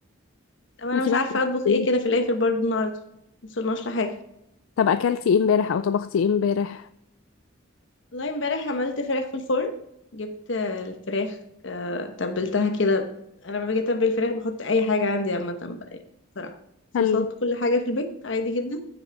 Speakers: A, on the left (about 65°); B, on the left (about 85°).
A: طب انا
B: انتي
A: مش
B: بقى
A: عارفه
B: بتعملي
A: اطبخ ايه
B: إيه؟
A: كده في الاخر برضه النهارده مصلناش لحاجه
B: طب اكلتي ايه امبارح او طبختي ايه امبارح
A: والله امبارح عملت فراخ في الفرن جبت آه، الفراخ آه، تبلتها كده انا لما باجي اتبل الفراخ بحط اي حاجه عندي عامه بقى يعني بصراحه صوصات
B: حلو
A: كل حاجه في البيت عادي جدا